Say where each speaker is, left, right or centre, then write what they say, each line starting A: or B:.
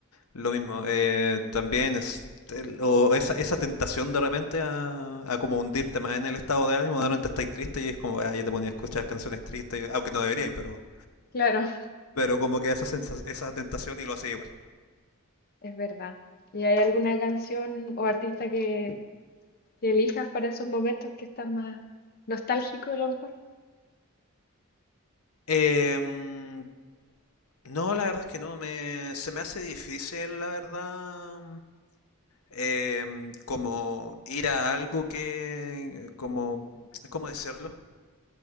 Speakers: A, on the left (about 80°); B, on the left (about 45°).
A: Lo mismo, eh, también es el- o esa, esa tentación de repente a, a como hundirte más en el estado de ánimo, de repente estáis triste y es como, ah, yo te ponía a escuchar canciones tristes, y- aunque no deberíais, pero,
B: Claro,
A: pero como que esa, sensa- esa tentación y lo hacía igual.
B: es verdad. ¿Y hay alguna canción o artista que, que elijas para esos momentos que estás más nostálgico a lo mejor?
A: Em, no, la verdad es que no, me, se me hace difícil, la verdad, eh, como ir a algo que, como, ¿cómo decirlo?